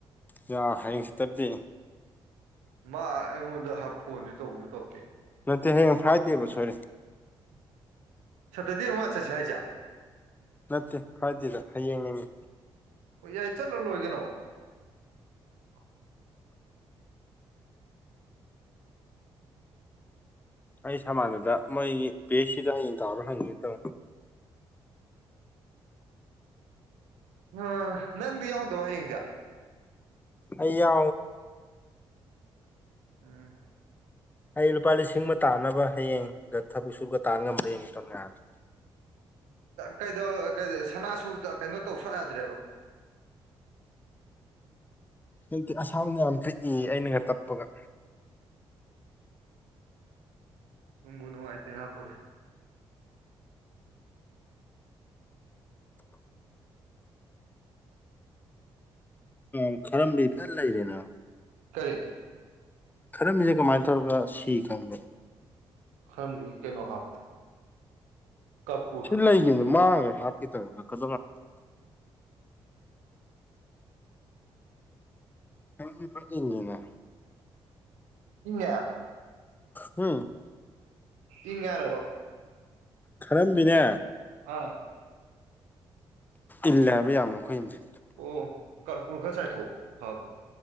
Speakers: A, on the left; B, on the right.
A: ꯌꯥ ꯍꯌꯦꯡꯁꯤ ꯇꯗꯤ
B: ꯃꯥ ꯑꯩꯉꯣꯟꯗ ꯐꯣꯟꯁꯨ ꯇꯧꯕꯁꯨ ꯇꯧꯀꯦ
A: ꯅꯠꯇ ꯍꯌꯦꯡ ꯐ꯭ꯔꯥꯏꯗꯦꯕ ꯁꯔꯦ
B: ꯁꯠꯇꯗꯤ ꯃꯥꯁꯦꯁꯦ ꯍꯥꯏꯖ
A: ꯅꯠꯇꯦ ꯐꯗꯦꯗ ꯍꯌꯦꯡꯅꯤꯉ
B: ꯑꯣ ꯌꯥꯏ ꯆꯠꯂꯣ ꯂꯣꯏ <inaudible> <inaudible>
A: ꯑꯩ ꯁꯃꯥꯟꯅꯗ ꯃꯣꯏꯒꯤ ꯄꯦꯁꯁꯤꯗ ꯍꯌꯦꯡ ꯇꯥꯎꯔ ꯍꯪꯉꯅꯤ ꯇꯣ
B: <inaudible> ꯎ ꯅꯪꯗꯤ ꯌꯥꯎꯗꯕ ꯍꯌꯦꯡꯁꯦ
A: ꯑ ꯌꯥ
B: ꯎꯝ
A: ꯑꯩ ꯂꯨꯄꯥ ꯂꯤꯁꯤꯡ ꯑꯃ ꯇꯥꯅꯕ ꯍꯌꯦꯡ ꯊꯕꯛ ꯁꯨꯔꯒ ꯇꯥ ꯉꯝꯕ꯭ꯔꯥ ꯍꯡꯦ ꯁꯣꯝꯅꯍꯥꯟꯗ
B: ꯀꯩꯗ ꯁꯅꯥꯁꯨ ꯀꯩꯅꯣ ꯇꯧꯁꯨ ꯌꯥꯗ꯭ꯔꯦꯕ <unintelligible>
A: ꯍꯧꯖꯤꯛꯇꯤ ꯑꯁꯥꯝꯅ ꯌꯥꯝ ꯄꯤꯛꯏ ꯑꯩꯅꯒ ꯇꯞꯄꯒ
B: ꯅꯃꯅꯣꯥꯏꯇꯦ ꯅꯄꯒ
A: ꯎ ꯈꯔꯝꯕꯤ ꯊꯜꯂ ꯂꯩꯔꯦꯅ
B: ꯀꯔꯤ
A: ꯈꯔꯝꯃꯤꯁꯦ ꯀꯃꯥꯏꯅ ꯇꯧꯔꯒ ꯁꯤ ꯈꯪꯕꯦ
B: ꯈꯔꯝꯖꯤ ꯀꯩꯅꯣ ꯍꯥꯞ ꯀꯞꯄꯨ
A: ꯁꯤ ꯂꯩꯈꯤꯕꯅꯦ ꯃꯥꯡꯉꯦ ꯍꯥꯠꯈꯤ ꯇꯪꯒ ꯀ ꯀ ꯄꯉꯦꯅꯦ
B: ꯏꯉ
A: ꯎꯝ
B: ꯏ ꯌꯥꯔꯕ
A: ꯈꯔꯝꯕꯤꯅꯦ
B: ꯑꯥ
A: ꯏꯜꯂꯦ ꯍꯥꯏꯕ ꯌꯥꯝꯃꯣ ꯑꯩꯈꯣꯏ ꯑꯁꯦ
B: ꯑꯣ ꯀꯔꯄꯨꯔ ꯈ ꯆꯥꯏꯊꯣꯛ ꯍꯥꯏꯕ꯭ꯔꯦ